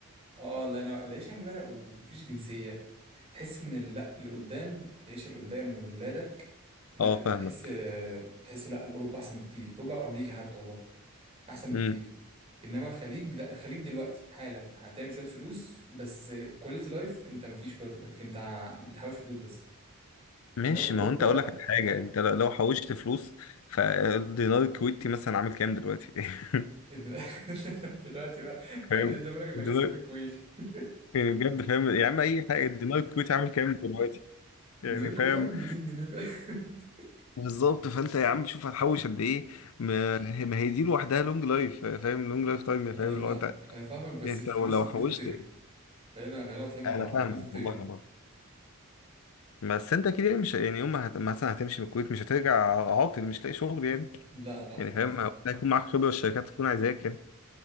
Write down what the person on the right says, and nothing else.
اه الله ينور العيشه غلا ومفيش جنسيه تحس ان ال- لا اللي قدام العيشه اللي قدام واللي ولادك لا
تحس تحس لا اوروبا احسن بكتير اوروبا او امريكا حتى والله احسن بكتير
انما الخليج لا الخليج دلوقتي حالا هتعمل شويه فلوس بس كواليتي لايف انت مفيش كواليتي لايف انت بتحوش فلوس بس
انما في اوروبا
لا
إد- <laughs> دلوقتي بقى يعني
ايش ضمنك انك
هتسافر الكويت <laughs>
ده
الكويت
عامل 200 جنيه بقى <laughs>
انا فاهمك
انا فاهمك بس
الفلوس
الفلوس
بتغلي خلينا خلينا واضحين مع
بعض
الفلوس بتغلي
لا لا
فاهم